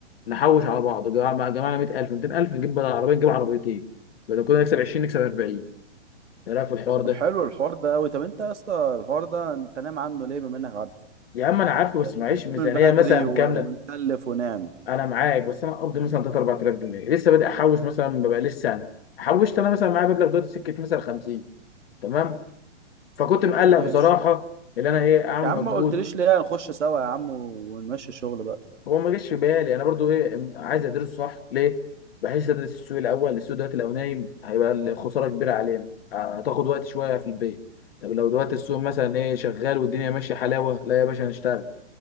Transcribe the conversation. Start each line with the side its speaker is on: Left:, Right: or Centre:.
Left: نحوش على بعض جمع- جمعنا 100000 200000 نجيب بدل عربيه نجيب عربيتين بدل كنا نكسب 20 نكسب 40 ايه رايك في الحوار
Right: طب
Left: ده
Right: حلو الحوار ده قوي طب انت يا اسطى الحوار ده انت نام عنه ليه بما انك عارف
Left: يا عم انا عارفه
Right: ما
Left: بس
Right: قلتليش
Left: معيش ميزانيه
Right: من بدري
Left: مثلا
Right: و...
Left: كامله
Right: ونكلف ونعمل
Left: انا معاك بس انا قبضي مثلا 3 4000 جنيه لسه بادئ احوش مثلا ببقى لسه سنه حوشت انا مثلا معايا مبلغ دلوقتي سكه مثلا 50 تمام فكنت مقلق
Right: ماشي
Left: بصراحه ان انا ايه اعمل
Right: يا عم
Left: مجهود
Right: ما قلتليش ليه هنخش سوا يا عم ونمشي الشغل بقى
Left: هو ما جاش في بالي انا برضو ايه م- عايز ادرسه صح ليه بحيث ادرس السوق الاول السوق دلوقتي لو نايم هيبقى الخساره كبيره علينا آه، هتاخد وقت شويه في البيت طب لو دلوقتي السوق مثلا ايه شغال والدنيا ماشيه حلاوه لا يا باشا هنشتغل